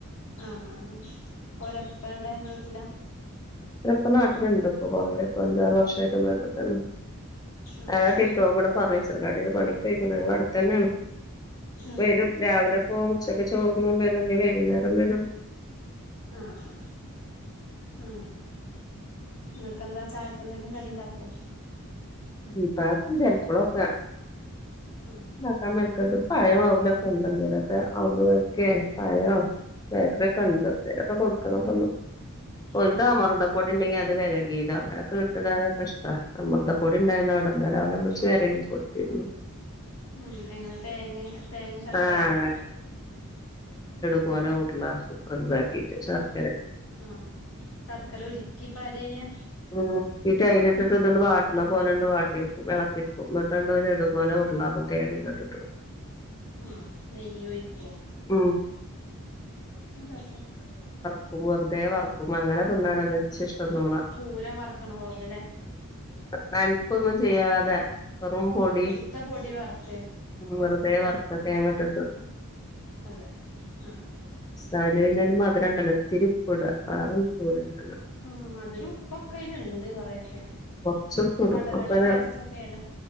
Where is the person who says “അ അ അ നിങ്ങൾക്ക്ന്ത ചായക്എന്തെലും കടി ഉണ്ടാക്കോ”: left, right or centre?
Left